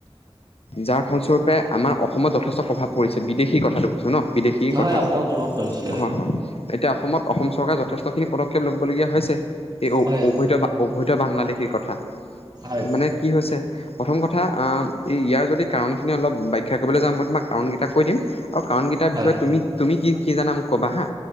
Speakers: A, on the left; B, on the right.
A: যাৰ ফলস্বৰূপে আমাৰ অসমত যথেষ্ট প্ৰভাৱ পৰিছে বিদেশী কথাটো, কৈছোঁ ন বিদেশী
B: হয়
A: কথা
B: এশ
A: ক
B: টকা কৰিছে
A: হয়-হয়। এতিয়া অসমত অসম চৰকাৰে যথেষ্ট খিনি পদক্ষেপ ল'বলগীয়া হৈছে। এই
B: হয় হয়
A: অবৈধা বা অবৈধ বাংলাদেশীৰ কথা,
B: হয়
A: মানে কি হৈছে প্ৰথম কথা ইয়াৰ যদি কাৰণখিনি অলপ ব্যাখ্যা কৰিবলৈ যাওঁ, মই তোমাক কাৰণকেইটা কৈ দিম, আৰু কাৰণকেইটাৰ
B: হয়
A: বিষয়ে তুমি-তুমি কি কি জানা মোক ক'বা হা?